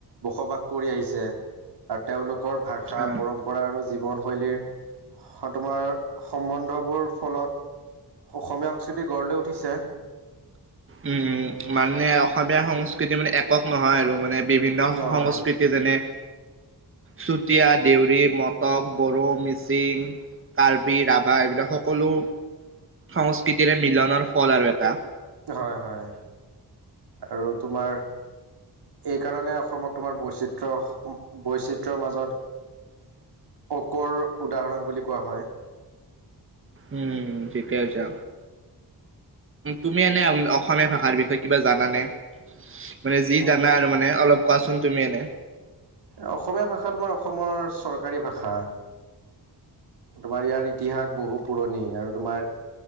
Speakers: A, on the right; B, on the right.
A: বসবাস কৰি আহিছে। আৰু তেওঁলোকৰ ভাষা
B: অ
A: পৰম্প ৰা আৰু জীৱন শৈলীৰ, সম্বন্ধবোৰ ফলত অসমীয়া সংস্কৃতি গঢ়লৈ উঠিছে।
B: উম উম মানে অসমীয়া সংস্কৃতি মানে একক নহয় আৰু মানে বিভিন্ন
A: নহয়
B: সংস্কৃতি যেনে চুতীয়া, দেউৰী, মটক, বড়ো, মিচিং কাৰ্বি, ৰাভা এইবিলাক সকলো, সংস্কৃতিৰে মিলনৰ ফল আৰু এটা।
A: হয়, হয়। আৰু তোমাৰ এইকাৰণে অসমত তোমাৰ বৈচিত্ৰ, বৈচিত্ৰৰ মাজত অকৰ উদাহৰণ বুলি কোৱা হয়।
B: উম, ঠিকে কৈছা। তুমি এনে অসমীয়া ভাষাৰ বিষয়ে কিবা জানানে? মানে যি
A: উম,
B: জানা আৰু মানে অলপ কোৱাচোন তুমি এনে?
A: অসমীয়া ভাষা তোমাৰ অসমৰ চৰকাৰী ভাষা। তোমাৰ ইয়াৰ ইতিহাস বহু পুৰণি আৰু। তোমাৰ